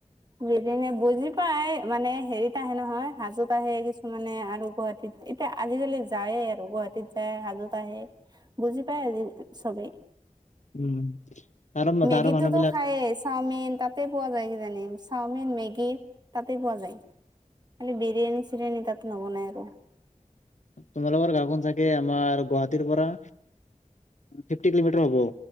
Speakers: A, on the right; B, on the left.
A: বিৰিয়ানি বুজি পাই মানে হেৰিত আহে নহয় হাজোত আহে কিছুমানে আৰু গুৱাহা এতিয়া আজিকালি যায়ে আৰু গুৱাহাটীত যায় হাজোত আহে। বুজি পাই আজি চবেই।
B: উম। তাৰ
A: মেগীতো
B: তাৰ মানুহ
A: তো
B: বিলাক
A: খায়য়ে। চাওমিন তাতে পোৱা যায় কিজানি চাওমিন মেগী তাতে পোৱা যায়। খালি বিৰিয়ানী চিৰিয়ানী তাত নবনাই আৰু।
B: তোমালোকৰ গাওঁখন চাগে আমাৰ গুৱাহাটীৰ পৰা। ফিফটি কিলোমিটাৰ হ'ব।